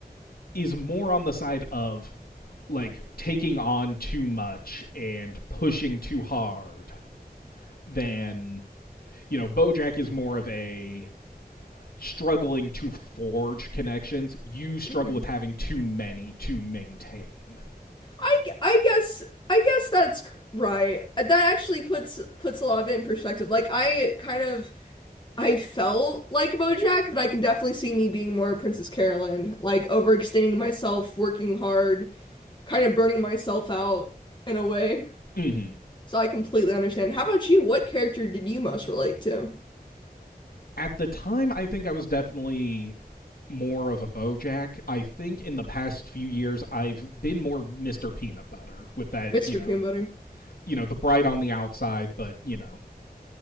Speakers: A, on the left (about 65°); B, on the left (about 30°).
A: is more on the side of like taking on too much and pushing too hard than you know bojack is more of a struggling to forge connections, you struggle
B: hmm
A: with having too many to maintain.
B: I I guess I guess that's right. That actually puts puts a lot of it in perspective. Like I kind of I felt like BoJack, but I can definitely see me being more Princess Carolyn, like overextending myself, working hard, kind of burning myself out in a way.
A: hmm
B: So I completely understand. How about you? What character did you most relate to?
A: At the time, I think I was definitely more of a Bojack. I think in the past few years, I've been more Mr. Peanut Butter with that,
B: Mr.
A: you know,
B: Peanut Butter.
A: you know, the bright on the outside, but you know,